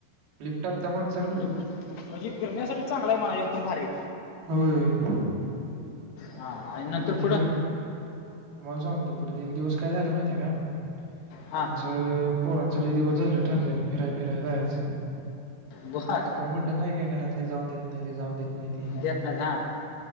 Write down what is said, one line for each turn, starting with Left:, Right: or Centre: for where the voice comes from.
Right: लिफ्ट टोपचा म <inaudible>
Left: म्हणजे, म्हणजे फिरण्यासाठी चांगलं हे मला एकदम भारी.
Right: होय.
Left: हा नंतर
Right: आणि,
Left: पुढं
Right: तुम्हाला सांगतो परत एक दिवस काय झालं माहिती -ते का,
Left: हा
Right: आमचं पोरांचं लै दिवस झालं ठरलेलं, फिराय फिराय जायचं
Left: बर
Right: आणि तुम्हाला म्हनलं नाई का, घरातले जाऊन देत नाई, जाऊन देत नाहीत.
Left: देत नाहीत, हा.